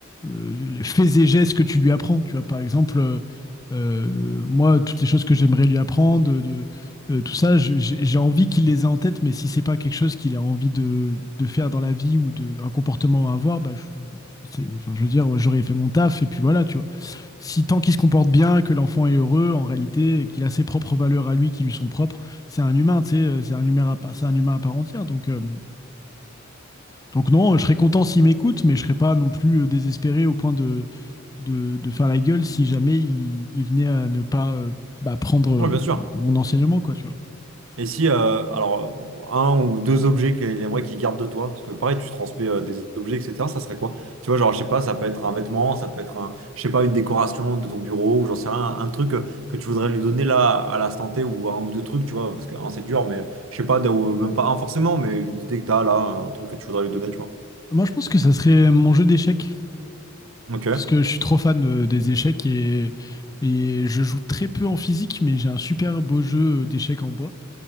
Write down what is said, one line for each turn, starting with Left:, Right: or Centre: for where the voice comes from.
Left: euh, les faits et gestes que tu lui apprends. Tu vois, par exemple, euh, euh, moi, toutes les choses que j'aimerais lui apprendre, de, euh, tout ça, je- j'ai j'ai envie qu'il les ait en tête, mais si c'est pas quelque chose qu'il a envie de, de faire dans la vie ou de, un comportement à avoir, bah, je, c'est- enfin, je veux dire, j'aurais fait mon taf et puis voilà, tu vois si tant qu'il se comporte bien, que l'enfant est heureux, en réalité, qu'il a ses propres valeurs à lui qui lui sont propres, c'est un humain, tu sais, euh, c'est un humain à, pa- c'est un humain à part entière. Donc, euh, donc non, je serais content s'il m'écoute, mais je serais pas non plus euh, désespéré au point de, de, de faire la gueule si jamais il, il venait à ne pas euh, bah, prendre euh,
Right: Ouais, bien sûr.
Left: mon enseignement, quoi, tu vois.
Right: Et si, euh, alors, un ou deux objets qu'il aimerait qu'il garde de toi, parce que pareil, tu transmets euh, des objets, etc., ça serait quoi? Tu vois, genre, je sais pas, ça peut être un vêtement, ça peut être un, je sais pas, une décoration de ton bureau, ou j'en sais rien, un truc euh, que tu voudrais lui donner là, à l'instant T, ou un ou deux trucs, tu vois, parce que un, c'est dur, mais je sais pas, d- ou même pas un forcément, mais une idée que t'as là, un truc que tu voudrais lui donner, tu vois.
Left: Moi, je pense que ça serait mon jeu d'échecs,
Right: Ok,
Left: parce que je suis trop fan euh, des échecs et, et je joue très peu en physique, mais j'ai un super beau jeu euh, d'échecs en bois.